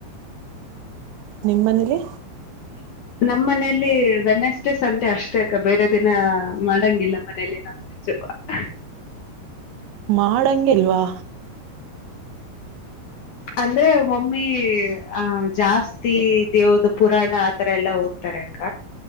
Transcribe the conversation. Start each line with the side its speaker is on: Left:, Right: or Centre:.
Right: ನಿಮ್ಮ ಮನೇಲಿ
Left: ನಮ್ಮ್ ಮನೆಯಲ್ಲಿ ವೆನೆಸ್ಡೇ ಸಂಡೆ ಅಷ್ಟೇ ಅಕ್ಕ ಬೇರೆ ದಿನ ಮಾಡಂಗಿಲ್ಲ ಮನಲಿ ನ ಹ
Right: ಮಾಡಂಗಲ್ವಾ
Left: ಅಂದ್ರೆ ಮಮ್ಮಿ ಆ ಜಾಸ್ತಿ ದೇವದ ಪುರಾಣ ಆತರ ಎಲ್ಲ ಎಲ್ಲ ಓದತಾರೆಕ್ಕ